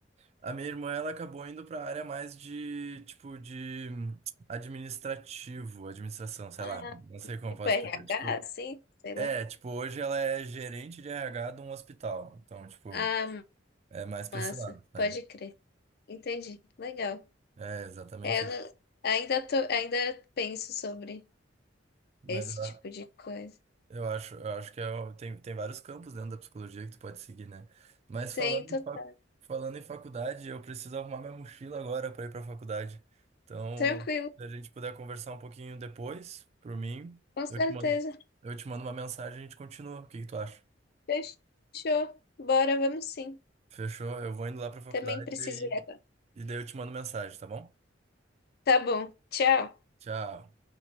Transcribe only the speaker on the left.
Ah,
tipo
RH,
assim? Sei
lá.
Ah,
massa.
Pode crer. Entendi. Legal.
É, eu
não- ainda tô, ainda penso sobre
esse
tipo
de coisa.
Sim,
total.
Tranquilo,
com certeza.
Fechou. Bora, vamos sim.
Também preciso
ir agora.
Tá bom. Tchau.